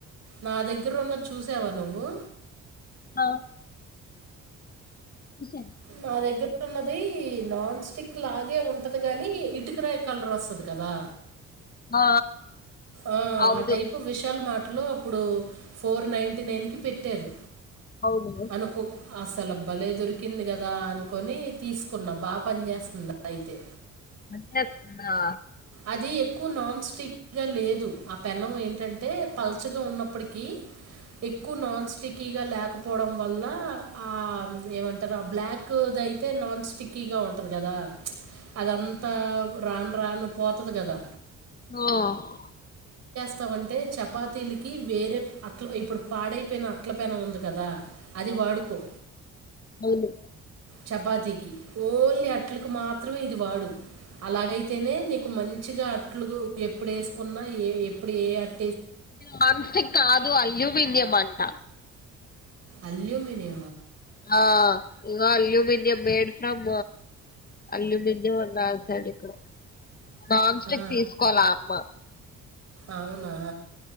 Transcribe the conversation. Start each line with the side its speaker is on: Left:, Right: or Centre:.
Right: నా దగ్గర ఉన్న చూసావా నువ్వు
Left: ఆ చూసాను.
Right: నా దగ్గ ర్ ఉన్నది నాన్ స్టిక్ లాగే ఉంటది కాగాని ఇటుకరాయ కలర్ వస్తుంది కదా
Left: ఆ
Right: ఆ
Left: అవును
Right: ఆ టైపు విశల్ మాటలు అప్పుడు ఫోర్ నైన్టీ నైన్ కి పెట్టారు
Left: అవును
Right: అనుకు అసలభ భలే దొరికింది కదా అనుకొని తీసుకున్నా బాగా పని చేేస్తుంది అయితే
Left: మన్నా
Right: అది ఎక్కువ నాన్ స్టిక్ పదిగా లేదు ఆ పెన్నం ఏంటంటే పల్చగా ఉన్నప్పటికీ ఎక్కువ నాన్ స్టికీగా లేక పోవడం వల్ల ఆ ఏమంటారు ఆ బ్లాక్ది అయితే నాన్ స్టిక్కీగా ఉంటంది కదా అదంతా రాను రాను పోతుది కదా
Left: హ
Right: వస్తాంటే చపాతీలకి వేరే అట్ల ఇప్పుడు పాడైపోయిన అట్ల పెన ఉంది కదా అది వాడుకో
Left: అవును
Right: చపాతికి ఓలి అట్లలకు మాత్రమే ఇది వాడు అలాగైతేనే నీకు మంచిగా అట్లు ఎప్పుడు వేసుకున్నా ఏ ఎప్పుడు ఏ అట్
Left: ఇ నాన్స్టిక్ కాదు అల్యూమనియంం అంట
Right: అల్ మని
Left: ఆ ఇ అల్యూమినయం మేడ్ ఫ్రమ్ అల్యూమినియం ఉందా అసలు ఇక్కడ నాన్ స్టిక్
Right: ఆ,
Left: తీసుకోవాల అమ్మ
Right: అవునా